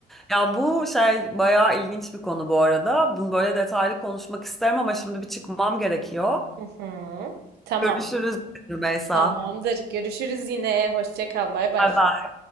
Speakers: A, in the centre; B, on the right (about 75°).
A: Ya bu şey bayağı ilginç bir konu bu arada. Bunu böyle detaylı konuşmak isterim ama şimdi bir çıkmam gerekiyor.
B: Hı hı. Tamam.
A: Görüşürüz Rümeysa.
B: Tamamdır. Görüşürüz yine. Hoşça kal. Bay bay.
A: Bay bay.